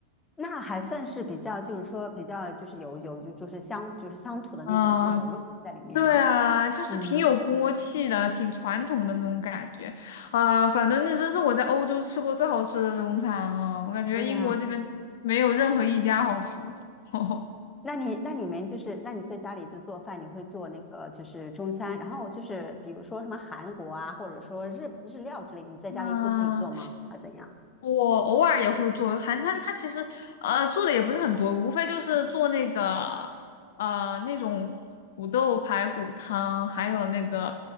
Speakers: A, on the left (about 15°); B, on the left (about 55°).
A: 那还算是比较，就是说比较就是有有就是乡就是乡土的那种那种味道在里面嘛。
B: 嗯，对啊，就是挺有锅气的，
A: 嗯，
B: 挺传统的那种感觉啊，反正那真是我在欧洲吃过最好吃的中餐了，我感觉英国这边没有任何一家好吃的。
A: 哎呀。
B: <laughs>
A: 那你那你们就是那你在家里就做饭，你会做那个就是中餐，然后就是比如说什么韩国啊，或者说日日料之类，你在家里会自己做吗？
B: 嗯。
A: 还是怎样？
B: 我偶尔也会做韩餐，它其实呃做的也不是很多，无非就是做那个呃那种土豆排骨汤，还有那个